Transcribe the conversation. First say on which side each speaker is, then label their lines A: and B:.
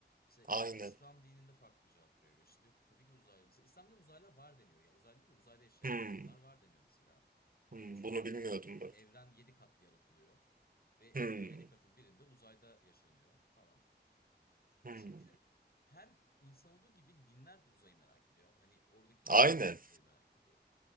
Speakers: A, on the left (about 55°); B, on the right (about 50°).
A: Mesela
B: Aynen.
A: İslam dininde farklı bir cevap veriyor. İşte diyor ki tabii ki uzaylı. Mesela İslam'da uzaylılar var deniyor. Ya uzaylı değil de uzayda yaşayan
B: Hmm,
A: canlılar var deniyor mesela.
B: hmm,
A: Ee, çünkü
B: bunu bilmiyordum bak.
A: evren 7 kat yaratılıyor. Ve
B: Hmm.
A: o 7 katın birinde uzayda yaşanıyor falan.
B: Hmm,
A: Çünkü her insan olduğu gibi dinler de uzayı merak ediyor abi. Hani oradaki
B: Aynen.
A: insanlar da uzayı merak ediyor.